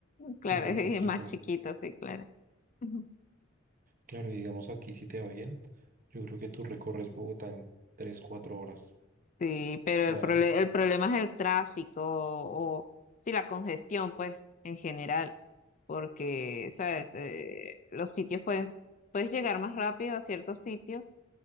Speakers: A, on the left; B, on the right.
A: Claro,
B: súper
A: <laughs> es
B: poquito.
A: más chiquito, sí, claro. Ujú.
B: Claro, y digamos aquí si te va bien, yo creo que tú recorres Bogotá en tres cuatro horas,
A: Sí, pero
B: ¿sabes?
A: el prole- el problema es el tráfico o, o, sí, la congestión, pues, en general, porque, ¿sabes? Eh, los sitios, pues, puedes llegar más rápido a ciertos sitios